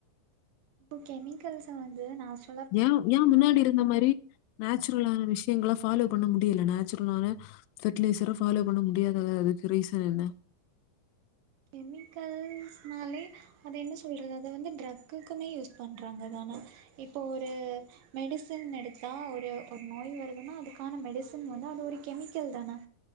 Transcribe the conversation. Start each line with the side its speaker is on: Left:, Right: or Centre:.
Right: இப்ப கெமிக்கல்ஸ்ஸ வந்து நா சொ
Left: ஏ ஏ முன்னாடி இருந்த மாரி நேச்சுரலான விஷயங்க ஃபாலோ பண்ண முடியல நேச்சுரலான ஃபெர்டிலைசர ஃபாலோ பண்ண முடியாத அத அதுக்கு ரீசன் என்ன
Right: கெமிக்கல்ஸ்னாலே அது என்ன சொல்றது அத வந்து ட்ரக்குக்குமே யூஸ் பண்றாங்கதானா இப்போ ஒரு மெடிசின் எடுத்தா ஒரு ஒரு நோய் வருதுன்னா அதுக்கான மெடிசின் வந்து அது ஒரு கெமிக்கல் தான